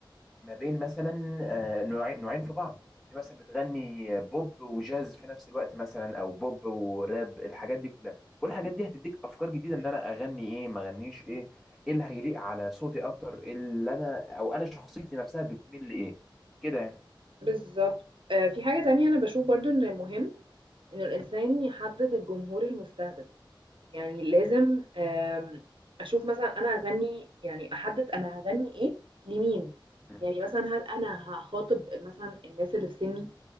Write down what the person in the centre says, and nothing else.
ما بين مثلا آه، نوعين نوعين في بعض في مثلا بتغني بوب وجاز في نفس الوقت مثلا او بوب وراب الحاجات دي كلها كل الحاجات دي هتديك افكار جديده ان انا اغني ايه ما اغنيش ايه ايه اللي هيليق على صوتي اكتر إيه اللي انا او انا شخصيتي نفسها بتميل لايه كده يعني
م-
م-